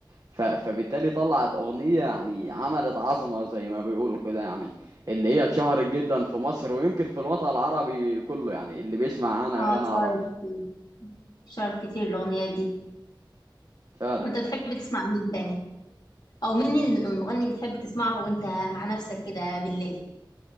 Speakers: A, on the right (about 50°); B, on the left (about 55°).
A: ف... فبالتالي طلعت أغنية يعني عملت عظمة زي ما بيقولوا كده يعني اللي هي اتشهرت جدا في مصر ويمكن في الوطن العربي كله يعني اللي بيسمع عنها
B: اه
A: أغاني
B: اتشهرت
A: عربي
B: كتير اتشهرت كتير الاغنيه دي
A: فعلا
B: طب انت بتحب تسمع مين تاني او مين المغني اللي بتحب تسمعه وانت مع نفسك كده بالليل